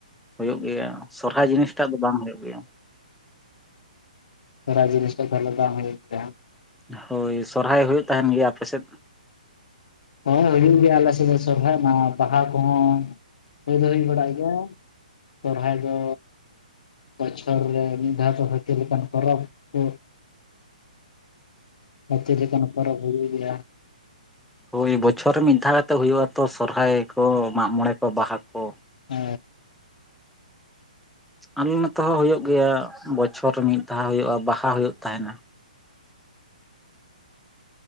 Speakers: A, in the centre; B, on the left (about 65°).
A: ᱦᱩᱭᱩᱜ ᱜᱮᱭᱟ ᱥᱚᱨᱦᱟᱭ ᱡᱤᱱᱤᱥᱴᱟᱜ ᱫᱚ ᱵᱟᱝ ᱦᱩᱭᱩᱜ ᱜᱮᱭᱟ᱾
B: ᱥᱚᱨᱦᱟᱭ ᱡᱤᱱᱤᱥᱴᱟᱜ ᱫᱚ ᱵᱟᱝ ᱦᱩᱭᱩᱜ ᱜᱮᱭᱟ᱾
A: ᱦᱳᱭ ᱥᱚᱨᱦᱟᱭ ᱦᱩᱭᱩᱜ ᱛᱟᱦᱮᱱ ᱜᱮᱭᱟ ᱟᱯᱮᱥᱮᱫ?
B: ᱦᱳᱭ ᱦᱩᱭᱩᱜ ᱜᱮᱭᱟ ᱟᱞᱮ ᱥᱮᱫ ᱫᱚ ᱥᱚᱨᱦᱟᱭ ᱚᱱᱟ ᱵᱟᱦᱟ ᱠᱚᱦᱚᱸ ᱦᱩᱭ ᱫᱚ ᱦᱩᱭ ᱵᱟᱲᱟᱜ ᱜᱮᱭᱟ᱾ ᱥᱚᱨᱦᱟᱭ ᱫᱚᱻ ᱵᱚᱪᱷᱚᱨ ᱨᱮ ᱢᱤᱫ ᱫᱷᱟᱣ ᱛᱚ ᱦᱟᱹᱛᱤ ᱞᱮᱠᱟᱱ ᱯᱚᱨᱚᱵᱽ ᱥᱮ ᱦᱟᱹᱛᱤ ᱞᱮᱠᱟᱱ ᱯᱚᱨᱚᱵᱽ ᱦᱩᱲᱩ ᱜᱮᱭᱟ
A: ᱦᱳᱭ ᱵᱚᱪᱷᱚᱨ ᱨᱮ ᱢᱤᱫ ᱫᱷᱟᱣ ᱠᱟᱛᱮ ᱦᱩᱭᱩᱜᱼᱟ ᱛᱚ ᱥᱚᱨᱦᱟᱭ ᱠᱚ, ᱢᱟᱜ ᱢᱚᱬᱮ ᱠᱚ, ᱵᱟᱦᱟ ᱠᱚ
B: ᱦᱩᱹᱻ
A: ᱟᱞᱮ ᱱᱚᱛᱮ ᱦᱚ ᱦᱩᱭᱩᱜ ᱜᱮᱭᱟ ᱵᱚᱪᱷᱚᱨ ᱨᱮ ᱢᱤᱫ ᱫᱷᱟᱣ ᱦᱩᱭᱩᱜᱼᱟ ᱵᱟᱦᱟ ᱦᱩᱭᱩᱜ ᱛᱟᱦᱮᱱᱟ᱾